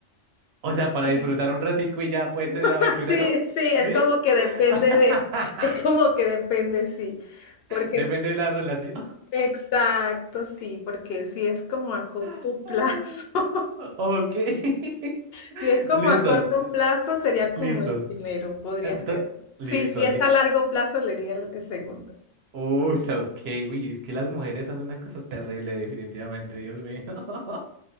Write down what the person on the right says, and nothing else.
o sea, para
disfrutar un ratico y ya pues el
aventurero.
¿Sí?
<laughs>
Depende de la relación.
<laughs>
Ok. <laughs>
Listos.
Listo.
Ento-
Listo.
Alguien.
Uy, so, ok. Uy, es que las mujeres son una cosa terrible, definitivamente, Dios mío. <laughs>